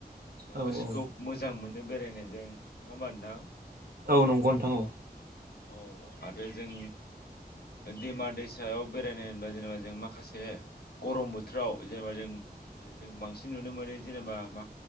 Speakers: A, on the right; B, on the left.
A: औ
B: गोसोखौ मोजां मोनो बेरायनायजों नङा होमबा नोंथां
A: औ नंगौ नोंथां औ
B: औ आरो जों दैमा दैसायाव बेरायनाय होनबा जेनेबा जों माखासे गरम बोथोराव जेनेबा जों जों बांसिन नुनो मोनो जेनेबा मा